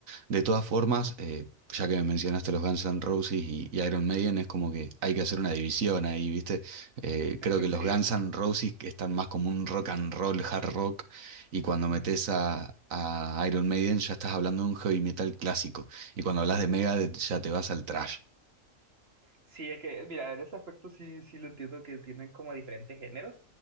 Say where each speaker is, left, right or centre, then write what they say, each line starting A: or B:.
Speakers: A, on the right; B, on the right.
A: De todas formas, eh, ya que me mencionaste los Guns N' Roses y, y Iron Maiden, es como que hay que hacer una división ahí, ¿viste? Eh, creo
B: <laughs>
A: que los
B: Sí.
A: Guns N' Roses están más como un rock and roll, hard rock, y cuando
B: ujú,
A: metes a, a Iron Maiden ya estás hablando de un heavy metal clásico, y cuando hablas de Megadeth
B: Sí.
A: ya te vas al thrash.
B: Sí, es que, mira, en ese aspecto sí, sí lo entiendo que tienen como diferentes géneros.